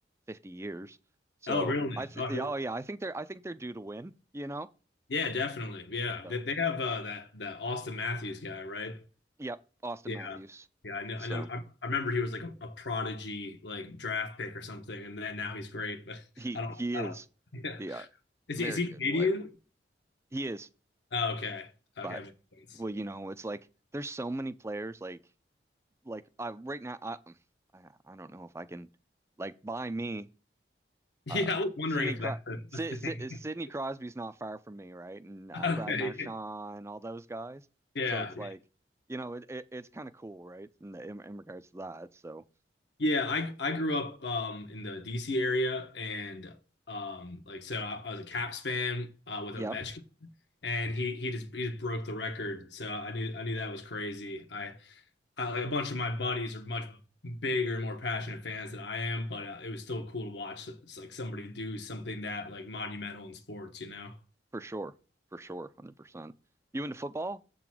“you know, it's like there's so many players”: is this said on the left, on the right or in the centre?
Right